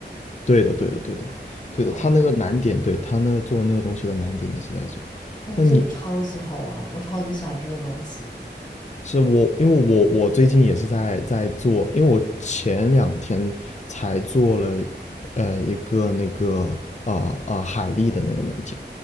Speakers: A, on the left; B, on the left.
A: 对的，对的，对的，对的，
B: 哇，
A: 他那个难点，对他那个做那个东西的难点也是在这。
B: 但这个超级好玩，
A: 那你
B: 我超级喜欢这种东西。
A: 是我，因为我我最近也是在在做，因为我前两天才做了，呃，一个那个呃呃海丽的那个美甲，